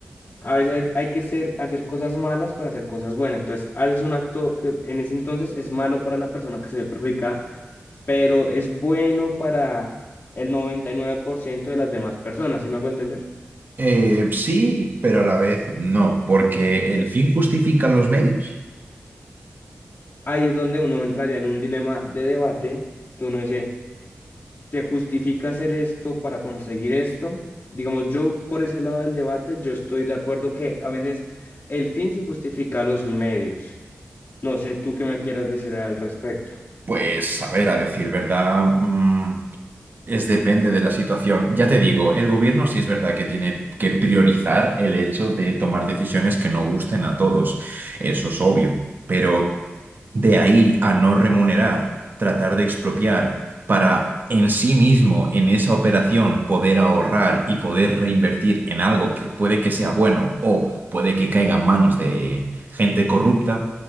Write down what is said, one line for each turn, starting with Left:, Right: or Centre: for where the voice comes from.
Left: A veces hay, hay que ser, hacer cosas malas para hacer cosas buenas. Entonces, haces un acto que en ese entonces es malo para la persona que se ve perjudicada, pero es bueno para el 99% de las demás personas, ¿sí me hago entender?
Right: Eh, sí, pero a la vez no, porque el fin justifica los medios.
Left: Ahí es donde uno entraría en un dilema de debate, que uno dice, ¿se justifica hacer esto para conseguir esto? Digamos, yo por ese lado del debate, yo estoy de acuerdo que a veces el fin se justifica a los medios. No sé tú qué me quieras decir al respecto.
Right: Pues, a ver, a decir verdad. mm, Es depende de la situación. Ya te digo, el gobierno sí es verdad que tiene que priorizar el hecho de tomar decisiones que no gusten a todos. Eso es obvio. Pero de ahí a no remunerar, tratar de expropiar para en sí mismo, en esa operación, poder ahorrar y poder reinvertir en algo que puede que sea bueno o puede que caiga en manos de gente corrupta.